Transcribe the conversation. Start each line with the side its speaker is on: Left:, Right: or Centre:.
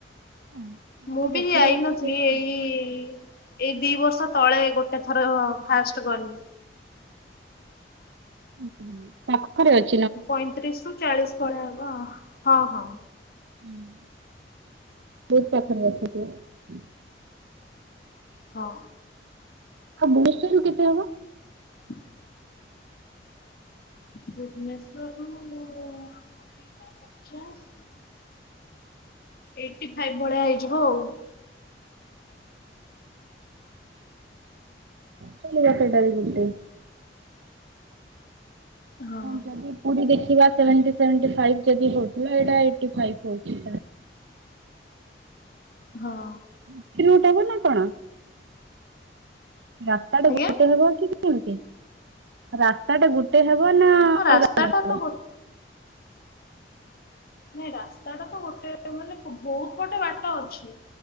Right: ହଁ
Left: ମୁଁ ବି
Right: ପାଖରେ
Left: ଆଇ
Right: ଅଛି
Left: ନଥିଲି
Right: ସେଇଟା।
Left: ଏଇ-ଇ-ଇ-ଇ ଏଇ ଦି ବର୍ଷ ତଳେ ଗୋଟେ ଥର ଫାଷ୍ଟ୍ ଗଲି।
Right: ହୁଁ-ହୁଁ ପାଖରେ ଅ। <inaudible>
Left: ପଇଁତିରି ରୁ ଚାଳିଶ ଭଳିଆ ହବ, ହଁ- ହଁ।
Right: ହୁଁ-ହୁଁ ବହୁତ ପାଖରେ ରଖୂଥିବେ।
Left: ହଁ।
Right: ଆଉ ବସ୍ <unintelligible> ରୁ କେତେ ହବ?
Left: ହ ଭୁବନେଶ୍ବରରୁ-ଉ-ଉ-ଉ-ଉ-ଉ <inaudible> ପଚାଶ। ଏଇଟି ଫାଇଭ୍ ଭଳିଆ ହେଇଯିବ ଆଉ।
Right: ଚଳିବ ସେଇଟା ବି ଗୋଟେ।
Left: ହଁ ହଁ।
Right: ଯଦି ପୁରୀ ଦେଖିବା ସେଭେନ୍ଟି ସେଭେନ୍ଟି ଫାଇବ୍ ଯଦି ହେଉଥିଲା ଏଇଟା ଏଇଟି ଫାଇବ୍ ହେଉ। <inaudible>
Left: ହଁ।
Right: <unintelligible> ନା କଣ? ରାସ୍ତାଟେ
Left: ଆଜ୍ଞା
Right: ଗୋଟେ ହେବ କି କେମିତି? ରା <inaudible> ଗୋଟେ ହେବ ନା ଅଲଗା
Left: ରାସ୍ତା
Right: ଅଲଗା
Left: ଟା
Right: ହେବ?
Left: ତ ଗୋ ନାଇଁ ରାସ୍ତାଟା ତ ଗୋଟେ ମାନେ ବହୁତ ପଟେ ବାଟ ଅଛି।